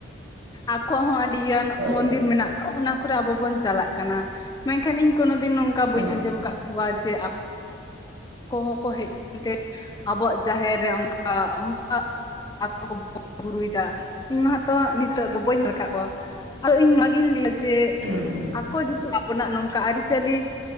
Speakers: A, on the left (about 20°); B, on the right (about 60°).
A: ᱟᱠᱚ ᱦᱚᱸ ᱟᱹᱰᱤᱜᱟᱱ
B: ᱦᱳᱭ
A: ᱢᱚᱱᱫᱤᱨ
B: ᱦᱳᱭ
A: ᱢᱮᱱᱟᱜ ᱚᱱᱟ ᱠᱚᱨᱮ ᱟᱵᱚ ᱵᱚᱱ ᱪᱟᱞᱟᱜ ᱠᱟᱱᱟ ᱢᱮᱱᱠᱷᱟᱱ ᱤᱧ ᱠᱳᱱᱳ ᱫᱤᱱ ᱱᱚᱝᱠᱟ
B: ᱦᱩᱸ
A: ᱵᱟᱹᱧ ᱟᱸᱡᱚᱢ ᱟᱠᱟᱫ ᱠᱚᱣᱟ ᱡᱮ ᱠᱚ ᱠᱚᱦᱚᱸ ᱠᱚ ᱦᱮᱡ ᱮᱱᱛᱮ ᱟᱵᱚᱣᱟᱜ ᱡᱟᱦᱮᱨ ᱨᱮ ᱚᱱᱠᱟ ᱚᱱᱠᱟ ᱟᱠᱚ ᱠᱚ ᱵᱚᱸᱜᱟ ᱵᱩᱨᱩᱭᱮᱫᱟ ᱤᱧ ᱢᱟᱛᱚ ᱱᱤᱛᱚᱜ ᱫᱚ ᱵᱟᱹᱧ ᱧᱮᱞ ᱟᱠᱟᱫ ᱠᱚᱣᱟ ᱾ ᱟᱫᱚ ᱤᱧ ᱚᱱᱟᱜᱤᱧ ᱞᱟᱹᱭᱟ ᱡᱮ
B: ᱦᱩᱸ ᱦᱩᱸ
A: ᱟᱠᱚ ᱡᱩᱫᱤ ᱟᱵᱚᱱᱟᱜ ᱱᱚᱝᱠᱟ ᱟᱹᱨᱤᱪᱟᱹᱞᱤ